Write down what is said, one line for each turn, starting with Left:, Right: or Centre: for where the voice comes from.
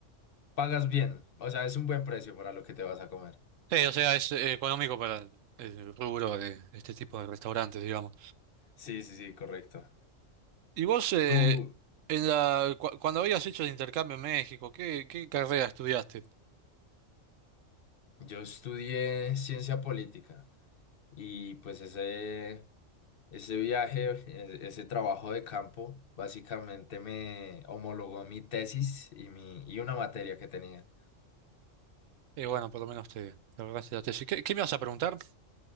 Left: pagas bien. O sea, es un buen precio para lo que te vas a comer.
Right: Sí, o sea, es eh, económico para el el rubro de este tipo de restaurantes, digamos.
Left: Sí, sí, sí, correcto.
Right: ¿Y vos, eh,
Left: Tú,
Right: en la, cu- cuando habías hecho el intercambio en México, qué, qué carrera estudiaste?
Left: yo estudié ciencia política y pues ese, ese viaje, e- ese trabajo de campo, básicamente me homologó mi tesis y, mi, y una materia que tenía.
Right: Y bueno, por lo menos te, te ahorraste la tesis. ¿Qué, qué me vas a preguntar?